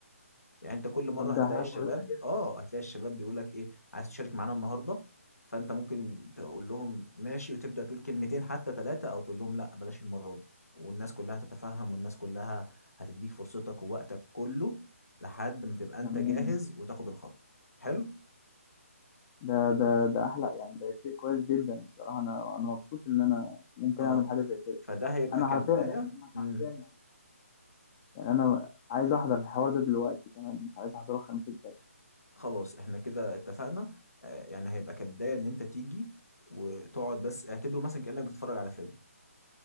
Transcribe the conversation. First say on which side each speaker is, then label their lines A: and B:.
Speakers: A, on the left; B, on the left.
A: يعني انت كل مره
B: طب
A: هتلاقي
B: ده حاجه
A: الشباب
B: كويسه جدا
A: اه هتلاقي الشباب بيقول لك ايه عايز تشارك معانا النهارده فانت ممكن تقول لهم ماشي وتبدا تقول كلمتين حتى ثلاثه او تقول لهم لا بلاش المره دي والناس كلها تتفهم والناس كلها هتديك فرصتك ووقتك كله لحد ما تبقى انت
B: تمام
A: جاهز وتاخد الخطوه حلو
B: ده ده ده احلى يعني ده شيء كويس جدا الصراحه انا انا مبسوط ان انا ممكن
A: اه
B: اعمل حاجه زي كده
A: فده هيبقى
B: انا
A: كبدايه
B: حرفيا يعني انا
A: امم
B: حرفيا يعني انا عايز احضر الحوار ده دلوقتي كمان مش عايز احضره الخميس الجاي
A: خلاص احنا كده اتفقنا آه، يعني هيبقى كبدايه ان انت تيجي وتقعد بس اعتبره مثلا كانك بتتفرج على فيلم